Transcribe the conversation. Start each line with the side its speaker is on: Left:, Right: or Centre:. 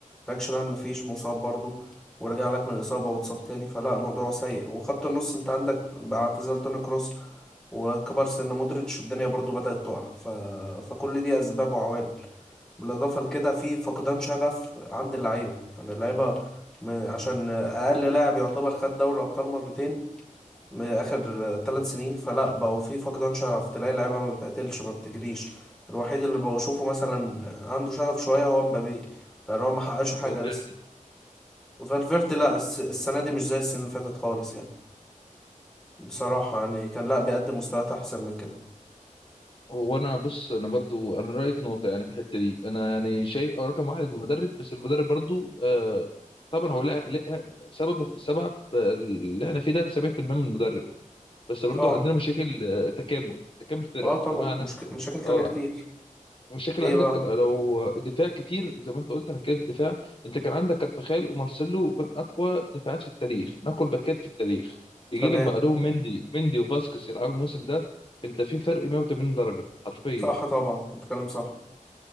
Centre: باك شمال مفيش مصاب برضو ورجع لك من إصابة واتصاب تاني فلا الموضوع سيء وخط النص انت عندك مع اعتزال توني كروس وكبر سن مودريتش الدنيا برضو بدأت تقع ف... فكل دي أسباب وعوامل بالاضافه لكده في فقدان شغف عند اللعيبه يعني اللعيبه م- عشان اقل لاعب يعتبر خد دوري ابطال مرتين من اخر ثلاث سنين فلا بقوا في فقدان شغف تلاقي اللعيبه ما بتقتلش ما بتجريش الوحيد اللي بشوفه مثلا عنده شغف شويه هو مبابي لان هو ما حققش حاجه
Left: فالفيردي
Centre: لسه وفالفيردي لا الس- السنه دي مش زي السنه اللي فاتت خالص يعني بصراحه يعني كان لا بيقدم مستويات احسن من كده
Left: هو انا بص انا برضو انا رايي في نقطه يعني في الحته دي انا يعني شايف او رقم واحد المدرب بس المدرب برضو آه طبعا هو لها لها- سبب سبب اللي احنا فيه ده 70% من المدرب بس برضو
Centre: اه
Left: عندنا مشاكل آه، تكامل تكامل فرقه
Centre: اه طبعا
Left: بمعنى
Centre: مشك... مشاكل تانية
Left: اه
Centre: كتير
Left: مشاكل
Centre: ايه
Left: عندك
Centre: بقى
Left: لو دفاع كتير زي ما انت قلت انا كده في الدفاع انت كان عندك كارفخال ومارسيلو وكان اقوى دفاعات في التاريخ من اقوى الباكات في التاريخ يجي
Centre: تمام
Left: لك بعدهم مندي مندي وفاسكس يلعبوا الموسم ده انت في فرق 180 درجه حرفيا
Centre: صح طبعا بتكلم صح